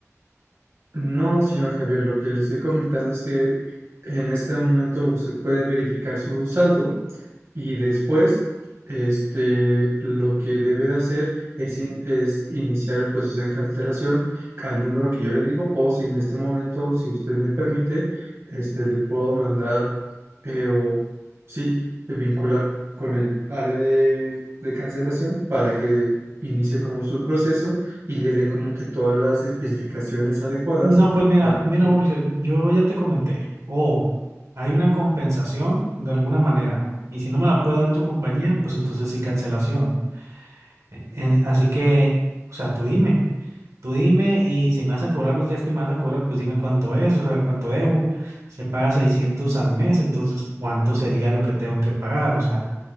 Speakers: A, on the right; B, on the right.
A: No, señor Javier, lo que le estoy comentando es que en este momento usted puede verificar su saldo Y después, este, lo que debe de hacer es, in- es iniciar el proceso de cancelación al número que yo le digo, o si en este momento, si usted me permite, este, le puedo mandar eh, o sí, eh, vincular con el área de, de cancelación para que inicie como su proceso y le den como que todas las especificaciones adecuadas
B: No, pues mira,
A: para que
B: mira
A: usted
B: Mauricio, yo ya te comenté, o hay una compensación de alguna manera, y si no me la puede dar tu compañía, pues entonces sí cancelación. Eh, eh, así que, o sea, tú dime, tú dime y si me vas a cobrar los días que me vas a cobrar, pues dime cuánto es, o sea, cuánto debo. Se paga 600 al mes, entonces, ¿cuánto sería lo que tengo que pagar? O sea,